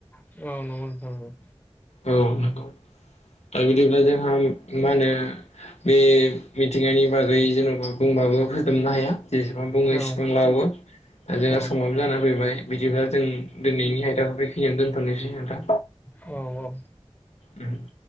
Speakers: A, on the left; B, on the left.
A: औ नंगौ नोंथां औ।
B: औ <inaudible> दा बिदिब्ला जोंहा मा होनो बे मिथिंगानि बागै जेन'बा बुंबाबो हो होजोबनो हाया। जेसेबां बुङो एसेबां
A: औ
B: लानो। दा जोंहा
A: औ
B: समाबो जानानै फैबाय। बिदिब्ला जों दिनैनि आयदाखौ बेखैनानै दोनथ'नोसै नोंथां।
A: औ औ औ
B: उम